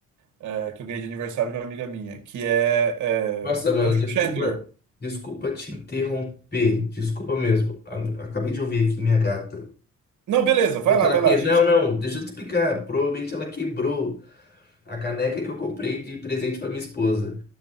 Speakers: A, on the right; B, on the left.
A: é, que eu ganhei de aniversário de uma amiga minha, que é,
B: Nossa,
A: é,
B: mano,
A: é o Chandler.
B: desculpa, desculpa te interromper. Desculpa mesmo. A- Acabei de ouvir aqui minha gata.
A: Não, beleza, vai
B: Provavelmente
A: lá,
B: Ela
A: vai
B: que...
A: lá. A gente.
B: Não, não, deixa eu te explicar. Provavelmente ela quebrou a caneca que eu comprei de presente pra minha esposa.